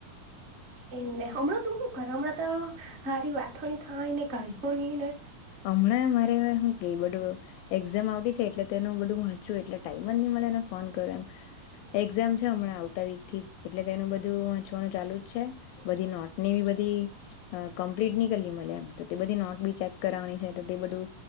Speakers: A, on the right; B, on the left.
A: એને હમણાં તું હું કરે અમણાં તો હારી વાતો ની થય ને કાંઈ હો ની ને?
B: અમણાં મારે હું કઈ બધું એક્ઝામ આવીછે એટલે તેનું બધું વાંચું એટલે ટાઈમ જ ની ને એને ફોન કરુ એમ. એક્ઝામ છે અમણાં આવતા વીક થી એટલે તેનું બધું વાંચવાનું ચાલુ જ છે. બધી નોટ ની બી બધ ધી કમ્પલિટ ની કરલી મલે એમ તો તે બધી નોટ બી ચેક કરાવાની છે તો તે બધું